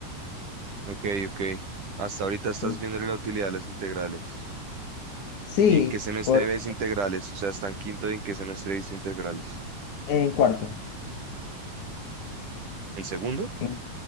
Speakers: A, on the right; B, on the left.
A: Ok, ok. Hasta ahorita estás
B: En-
A: viendo la utilidad de las integrales.
B: Sí,
A: ¿Y en qué semestre
B: por,
A: ves integrales? O sea, está en quinto y en qué semestre viste integrales.
B: en cuarto,
A: ¿En segundo?
B: en,